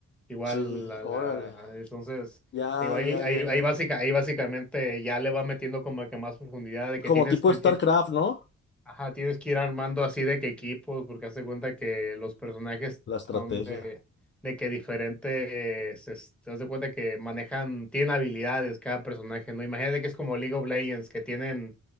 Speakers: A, in the centre; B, on the left.
A: Igual,
B: sí,
A: la,
B: órale.
A: la, entonces...
B: Ya,
A: Digo, ahí,
B: ya,
A: ahí,
B: ya, ya.
A: ahí, básica, ahí básicamente ya le va metiendo como que más profundidad de que
B: Como
A: tienes,
B: tipo
A: le
B: StarCraft,
A: tie-
B: ¿no?
A: ajá, tienes que ir armando así de que equipos, porque hazte cuenta que los personajes
B: La estrategia.
A: son de, de que diferentes, es- te das de cuenta que manejan, tienen habilidades cada personaje, ¿no? Imagínate que es como League of Legends, que tienen,